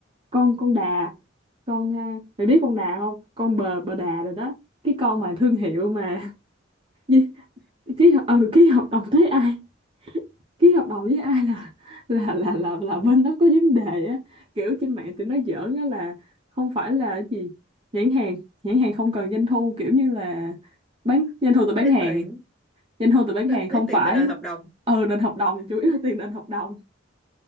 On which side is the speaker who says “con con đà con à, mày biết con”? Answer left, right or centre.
Right